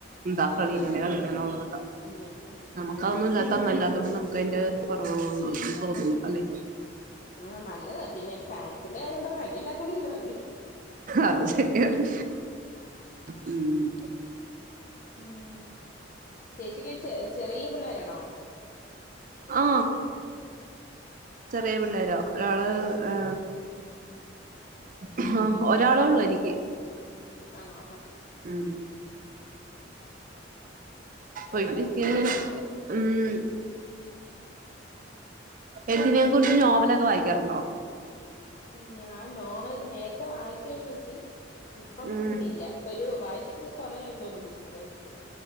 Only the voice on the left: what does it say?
അതെ
ഉം
ആ നല്ലതാ പിന്നെ ഫാൻസിന്റെ കാര്യം പറഞ്ഞ അടി ഇണ്ടാക്കണ്ടിരുന്ന മതി
ഉം
ഹമ് ചേച്ചി ചേ ചെറിയ പിള്ളേരാാണോ
ഉം
ആണോ
ഞാൻ നോവൽൊക്കെ നേരത്തെ വായിക്കുവായിരുന്നുച്ചി ഇപ്പം
ഇല്ല ഇപ്പൊ ഒരു വായിച്ചിട്ടൊക്കെ കൊറായി തോന്നുന്നു ബുക്ക്ക്കെ വായിച്ചിട്ട്